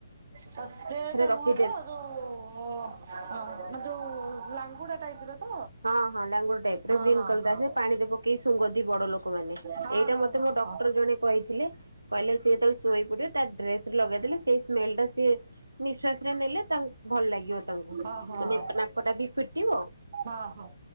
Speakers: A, on the right; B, on the right.
A: ସ୍ପ୍ରେ ଟା
B: ରଖିଦେବେ
A: ନୁହଁ ତ ଯୋଉ ମାନେ ଯୋଉ କୁଡା ଟାଇପ୍ ର। ତ?
B: ହଁ ହଁ ଲାଙ୍ଗୁଡ ଟାଇପ୍
A: ହଁ
B: ର ଗ୍ରୀନ୍
A: ହଁ
B: କଲର
A: ହଁ
B: ଆସେ ପାଣିରେ ପକେଇ ଶୁଙ୍ଘନ୍ତି ବଡ ଲୋକମାନେ।
A: ହଁ
B: ଏଇଟା
A: ହଁ
B: ମତେ
A: ହଁ
B: ମୋ ଡକ୍ଟର ଜଣେ କହିଥିଲେ। କହିଲେ ସିଏ ଯେତେବେଳେ ଶୁଇ ପଡିବ ତା ଡ୍ରେସ ରେ ଲଗେଇଦେଲେ ସେଇ ସ୍ମେଲ ଟା ସିଏ ନିଶ୍ଵାସ ରେ ନେଲେ ତା ଭଲ ଲାଗିବ ତାଙ୍କୁ।
A: ହଁ ହଁ
B: ମାନେ ନାକଟା ବି ଫିଟିବ।
A: ହଁ ହଁ।